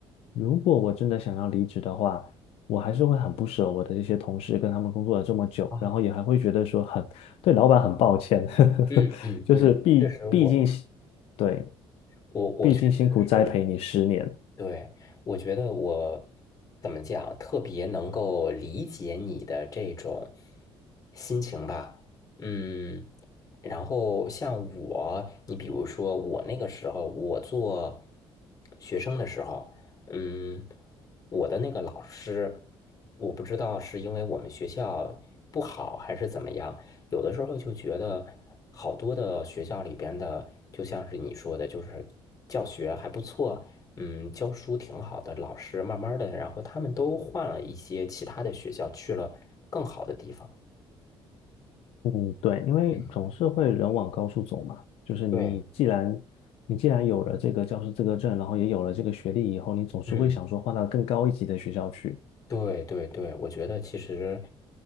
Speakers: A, on the left; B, on the left.
A: 如果我真的想要离职的话，我还是会很不舍我的这些同事，跟他们工作了这么久，
B: 啊，
A: 然后也还会觉得说很，对老板很抱歉，
B: 嗯嗯嗯，
A: <laughs> 就是毕毕竟是
B: 确实我，
A: 对，
B: 我我确嗯实是，
A: 毕竟辛苦栽培你十年。
B: 对，我觉得我怎么讲，特别能够理解你的这种心情吧。嗯，然后像我，你比如说我那个时候，我做学生的时候，嗯，我的那个老师，我不知道是因为我们学校不好还是怎么样，有的时候就觉得好多的学校里边的，就像是你说的，就是教学还不错，嗯，教书挺好的老师，慢慢的，然后他们都换了一些其他的学校，去了更好的地方。
A: 嗯，对，因为总是会人往高处走嘛，
B: 嗯，
A: 就是你既然你既然有了这个教师资格证，
B: 对，
A: 然后也有了这个学历以后，你总是会想说换到更高一级的学校去。
B: 嗯。对对对，我觉得其实